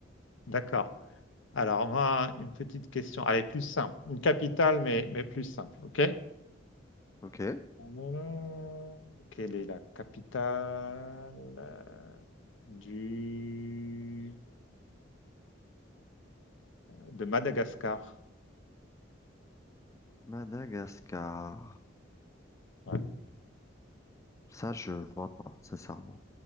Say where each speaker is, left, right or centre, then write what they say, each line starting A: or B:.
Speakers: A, on the left; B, on the left.
A: d'accord. Alors, moi, une petite question. Allez, plus simple. Une capitale, mais, mais plus simple. OK?
B: Ok.
A: Alors, Quelle est la capitale euh, du... de Madagascar?
B: Madagascar.
A: Ouais.
B: Ça, je vois pas, sincèrement.